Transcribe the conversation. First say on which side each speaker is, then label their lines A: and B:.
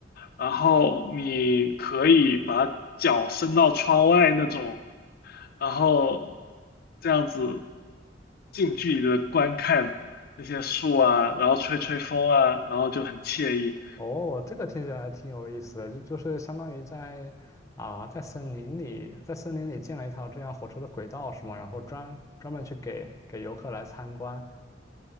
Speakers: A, on the left (about 55°); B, on the left (about 15°).
A: 然后你可以把脚伸到窗外那种，然后这样子近距离的观看那些树啊，然后吹吹风啊，然后就很惬意。
B: 哦，这个听起来挺有意思的，就就是相当于在啊、在森林里，在森林里建了一条这样火车的轨道是吗？然后专专门去给给游客来参观。